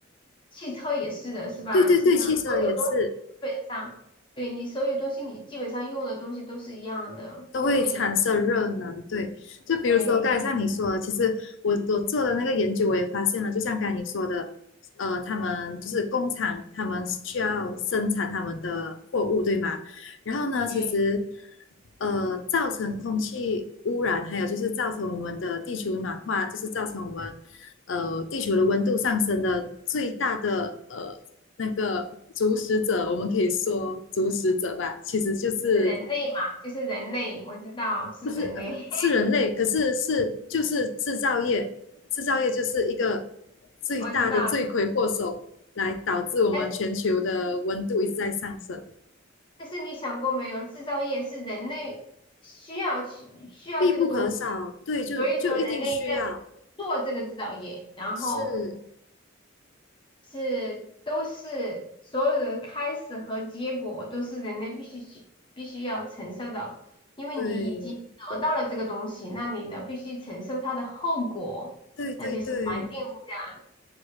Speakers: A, on the left; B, on the left.
A: 汽车也是的，是吧？
B: 对对对，
A: 汽车所有东西基本上，
B: 汽车也是。
A: 对你所有东西，你基本上用的东西都是一样的，
B: 都会产生热能，
A: 都会赢。
B: 对，就比如说刚才像你说的，
A: 对，
B: 其实我我做的那个研究，我也发现了，就像刚才你说的，呃，他们就是工厂，他们需要生产他们的货物，对吗？然后呢，其实
A: 因为
B: 呃，造成空气污染，还有就是造成我们的地球暖化，就是造成我们呃地球的温度上升的最大的呃那个主使者，我们可以说主使者吧，其实就是
A: 是人类嘛，就是人类，我知道是人类，
B: 就是呃是人类，可是是就是制造业，制造业就是一个
A: <laughs>
B: 最大的罪魁祸首，
A: 我知道。
B: 来导致我们全球的温度一直在上升，
A: 但是，但是你想过没有，制造业是人类需要去需要这个东西，
B: 必不可少。对，就就一定需要，
A: 所以说人类在做这个制造业，然后
B: 是，
A: 是都是所有的开始和结果都是人类必须去必须要承受的，因为你已经得到了这个东西，
B: 对，
A: 那你的必须承受它的后果，
B: 对对对，
A: 那就是环境污染，